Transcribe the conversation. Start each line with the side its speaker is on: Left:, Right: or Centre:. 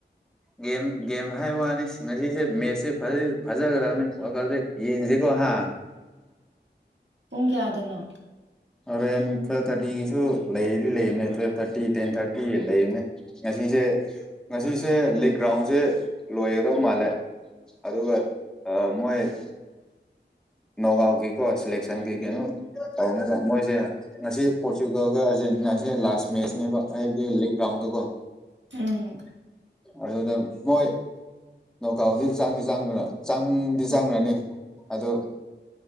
Centre: ꯒꯦꯝ ꯒꯦꯝ ꯍꯥꯏꯕ ꯋꯥꯅꯤ ꯉꯁꯤꯁꯦ ꯃꯦꯠꯁꯁꯦ ꯐꯖꯈ꯭ꯔꯕꯅꯤ ꯋꯥꯜ ꯀꯞ ꯌꯦꯡꯁꯤ ꯁꯤꯗꯤꯀꯣ ꯍ
Right: ꯄꯨꯡ ꯀꯥꯌꯗꯅꯣ
Centre: ꯍꯣꯔꯦꯟ ꯇꯨꯋꯦꯜꯞ ꯊꯥꯔꯇꯤꯒꯤꯁꯨ ꯂꯩꯗꯤ ꯂꯩꯕꯅꯦ ꯇꯨꯋꯦꯜꯞ ꯊꯥꯔꯇꯤ ꯇꯦꯟ ꯊꯥꯔꯇꯤ ꯂꯩꯕꯅꯦ ꯉꯁꯤ ꯑꯩꯁꯦ ꯉꯁꯤꯁꯦ ꯂꯤꯛ ꯒ꯭ꯔꯥꯎꯟꯁꯦ ꯂꯣꯏꯒꯗꯧ ꯃꯥꯜꯂꯦ ꯑꯗꯨꯒ ꯃꯣꯍꯤꯠ ꯅꯣꯕꯥꯞꯀꯤꯀꯣ ꯁꯂꯦꯛꯁꯟ ꯒꯤ ꯀꯩꯇꯧꯅ ꯃꯣꯏꯁꯦ ꯉꯁꯤ ꯄꯣꯔꯆꯨꯒꯜꯒ ꯑꯥꯔꯖꯦꯟꯇꯤꯅꯥꯁꯦ ꯂꯥꯁ ꯃꯦꯠꯁꯅꯦꯕ ꯑꯩꯗꯤ ꯂꯤꯛ ꯔꯒ꯭ꯔꯥꯎꯟꯗꯀꯣ
Right: ꯎꯝ
Centre: ꯑꯗꯨꯗ ꯃꯣꯏ ꯅꯣꯒꯥꯎꯗꯤ ꯆꯪꯗꯤ ꯆꯪꯈ꯭ꯔ ꯆꯥꯡꯗꯤ ꯆꯪꯈ꯭ꯔꯅꯤ ꯑꯗꯨ